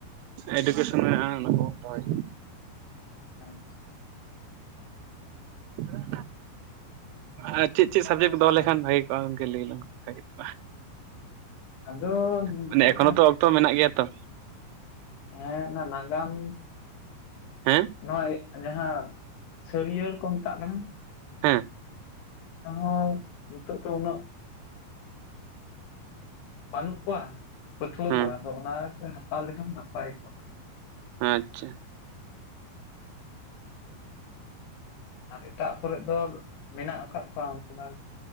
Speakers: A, on the right; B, on the left.
A: ᱮᱰᱩᱠᱮᱥᱚᱱ ᱢᱮᱱᱟᱜᱼᱟ ᱚᱱᱟ ᱠᱚ ᱦᱳᱭ
B: ᱟᱪᱪᱷᱟ
A: <unintelligible> ᱟᱨ ᱪᱮᱫ ᱪᱮᱫ ᱥᱟᱵᱡᱮᱠᱴ ᱫᱚᱦᱚ ᱞᱮᱠᱷᱟᱱ ᱵᱷᱟᱹᱜᱤ ᱠᱚᱜ-ᱟ ᱞᱟᱹᱭᱠ ᱵᱷᱟᱹᱜᱮ ᱠᱚᱜᱼᱟ
B: ᱟᱫᱚ ᱱᱤᱛᱚᱜ
A: ᱢᱟᱱᱮ ᱮᱠᱷᱚᱱᱳᱛᱚ
B: ᱫᱚ ᱦᱮᱸ
A: ᱚᱠᱛᱚ ᱢᱮᱱᱟᱜ ᱜᱮᱭᱟ ᱛᱚ
B: ᱦᱮᱸ ᱚᱱᱟ ᱱᱟᱜᱟᱢ
A: ᱦᱮᱸ
B: ᱱᱚᱜᱚᱭ ᱡᱟᱦᱟᱸ ᱥᱟᱹᱨᱭᱟᱹᱲ ᱠᱚ ᱢᱮᱛᱟᱜ ᱠᱟᱱᱟ
A: ᱦᱮᱸ
B: ᱟᱨ ᱱᱚᱣᱟ ᱱᱤᱛᱳᱜ ᱫᱚ ᱩᱱᱟᱹᱜ ᱵᱟᱹᱱᱩᱜ ᱠᱚᱣᱟ ᱯᱟᱹᱴᱷᱩᱣᱟᱹ
A: ᱦᱮᱸ
B: ᱠᱚᱣᱟ ᱟᱫᱚ ᱚᱱᱟ ᱠᱚ ᱦᱟᱛᱟᱣ ᱞᱮᱠᱷᱟᱱ ᱱᱟᱯᱟᱭ ᱠᱚᱜᱼᱟ
A: ᱟᱪᱪᱷᱟ
B: ᱟᱨ ᱮᱴᱟᱜ ᱠᱚᱨᱮ ᱫᱚ ᱢᱮᱱᱟᱜ ᱟᱠᱟᱫ ᱠᱚᱣᱟ ᱚᱱᱠᱮ